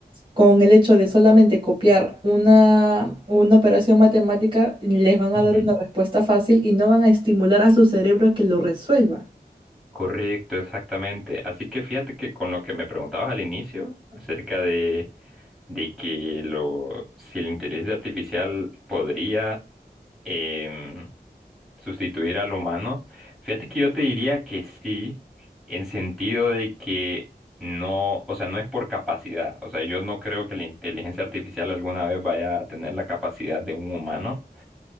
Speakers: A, on the right; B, in the centre.
A: con el hecho de solamente copiar una, una operación matemática les van a
B: ujú.
A: dar una respuesta fácil y no van a estimular a su cerebro a que lo resuelva.
B: Correcto, exactamente. Así que fíjate que con lo que me preguntabas al inicio acerca de, de que lo, si la inteligencia artificial podría em, sustituir al humano, fíjate que yo te diría que sí, en sentido de que no, o sea, no es por capacidad. O sea, yo no creo que la inteligencia artificial alguna vez vaya a tener la capacidad de un humano